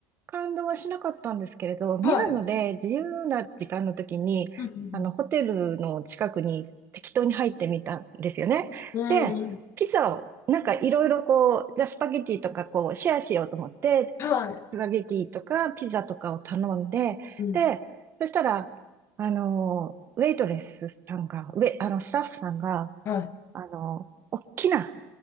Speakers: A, on the right; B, on the left.
A: 感動はしなかったんですけれど、ミラノで自由な時間の時に、
B: はい。うん。
A: あの、ホテルの近くに適当に入ってみたんですよね。
B: うん。
A: で、
B: うん
A: ピザを、なんかいろいろこう、じゃあスパゲッティとかこう、シェアしようと思って、
B: はい。
A: スパゲッティとかピザとかを頼んで、
B: うん。
A: で、そしたら、あの、ウェイトレスさんが、ウェ、あの、スタッフさんが、
B: は
A: あの、おっきな、